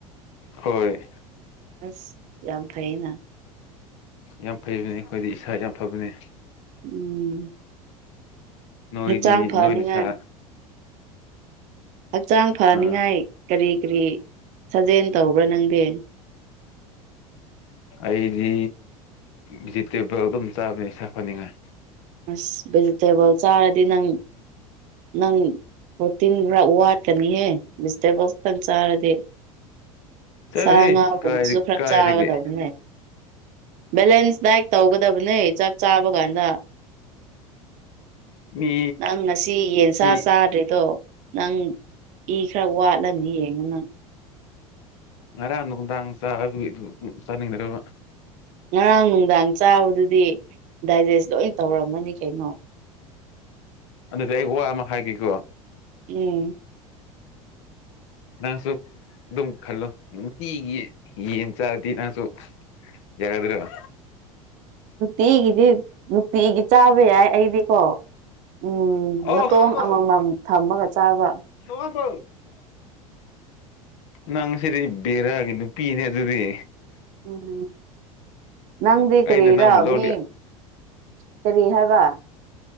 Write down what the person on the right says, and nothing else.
ꯑꯁ ꯌꯥꯝꯝ ꯐꯩꯅ
ꯎꯝ
ꯍꯛꯆꯥꯡ ꯐꯅꯤꯡꯉꯥꯏ
ꯍꯛꯆꯥꯡ ꯐꯅꯤꯉꯥꯏ
ꯀꯔꯤ ꯀꯔꯤ ꯁꯥꯖꯦꯜ ꯇꯧꯕ꯭ꯔꯥ ꯅꯪꯗꯤ
ꯑꯁ ꯚꯦꯖꯤꯇꯦꯕꯜ ꯆꯥꯔꯗꯤ ꯅꯪ ꯅꯪ ꯄ꯭ꯔꯣꯇꯤꯟ ꯈꯔ ꯋꯥꯠꯀꯅꯤꯍꯦ ꯚꯤꯖꯤꯇꯦꯕꯜꯁꯇꯪ ꯆꯥꯔꯗꯤ
ꯁꯥ ꯉꯥꯕꯒꯤꯁꯨ
ꯈꯔ
ꯆꯥꯒꯗꯕꯅꯦ ꯕꯦꯂꯦꯟꯁ ꯗꯥꯏꯛ ꯇꯧꯒꯗꯕꯅꯦ ꯆꯥꯛ ꯆꯥꯕ ꯀꯥꯟꯗ
ꯅꯪ ꯉꯁꯤ ꯌꯦꯟꯁꯥ
ꯆꯥꯗ꯭ꯔꯤꯗꯣ ꯅꯪ ꯏ ꯈꯔ ꯋꯥꯠꯂꯅꯤ ꯌꯦꯡꯉꯣ ꯅꯪ
ꯉꯔꯥꯡ ꯅꯨꯡꯗꯥꯡ ꯆꯥꯕꯗꯨꯗꯤ ꯗꯥꯏꯖꯦꯁ ꯂꯣꯏ ꯇꯧꯔꯝꯃꯅꯤ ꯀꯩꯅꯣ
ꯎꯝ
ꯅꯨꯡꯇꯤꯒꯤꯗꯤ ꯅꯨꯡꯇꯤꯒꯤ ꯆꯥꯕ ꯌꯥꯏ ꯑꯩꯗꯤꯀꯣ ꯎꯝ
ꯃꯇꯣꯡ ꯑꯃꯃꯝ ꯊꯝꯃꯒ ꯆꯥꯕ
ꯎꯝ ꯅꯪꯗꯤ ꯀ꯭ꯔꯦꯔꯥ
ꯃꯤ ꯀꯔꯤ ꯍꯥꯏꯕ